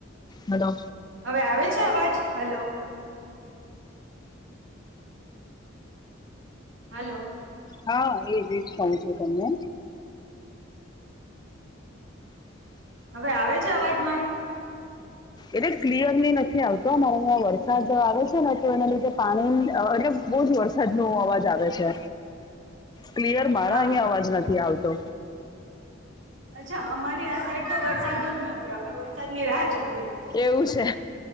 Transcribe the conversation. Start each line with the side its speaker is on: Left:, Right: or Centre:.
Left: હાલો.
Right: હવે આવે છે અવાજ? હાલો. હાલો.
Left: હા એ જ એજ પણ છું તમને.
Right: હવે આવે છે, અવાજ મારો?
Left: એટલે ક્લિયરલી નથી આવતો, અમારે અહીંયા વરસાદ આવે છે ને, તો એના લીધે. પાણી એટલે બહુ જ વરસાદ નુ અવાજ આવે છે. ક્લિયર મારા
Right: હા
Left: અહીં
Right: હા
Left: અવાજ નથી આવતો.
Right: અચ્છા, અમારી આ સાઈડ તો વરસાદ જ નથી, અમે વરસાદ ની રાહ જુ
Left: એવું છે,